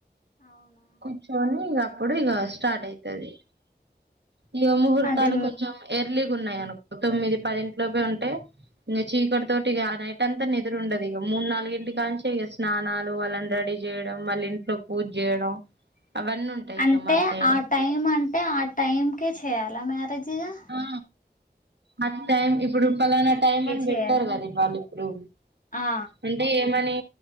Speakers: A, on the left; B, on the right.
A: అవునా
B: కూర్చోని ఇగ అప్పుడిగ స్టార్ట్ అయితది ఇగ ముహూర్తాలు
A: అది
B: కొంచెం ఎర్లీగా ఉన్నాయి అనుకో తొమ్మిది పదింట్లోపె ఉంటే ఇంగ చీకటి తోటి ఇగ అ నైట్ అంతా నిద్దరుండదు ఇగ మూడు నాలుగు ఇంటికనించే ఇగ స్నానాలు వాళ్ళని రెడీ చేయడం వాళ్ళింట్లో పూజ చేయడం అవన్నీ ఉంటాయి
A: అంటే
B: ఇగ మా సైడ్
A: ఆ టైం అంటే ఆ టైంకే చేయాలా మ్యారేజిగా
B: ఆ ఆ టైం ఇప్పుడు పలానా టైం అని
A: చేయాలి
B: పెడతారు కదా వాళ్ళు ఇప్పుడు
A: ఆ
B: అంటే మని